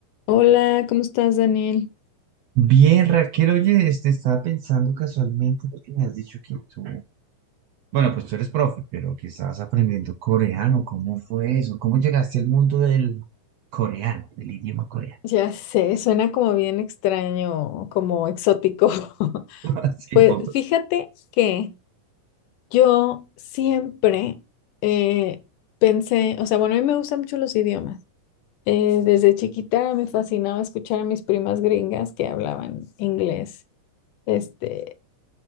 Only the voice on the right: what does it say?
Bien, Raquel, oye, este, estaba pensando casualmente porque me has dicho que tú, bueno, pues tú eres profe, pero que estabas aprendiendo coreano. ¿Cómo fue eso? ¿Cómo llegaste al mundo del coreano, del idioma coreano?
<laughs> Así
un poco.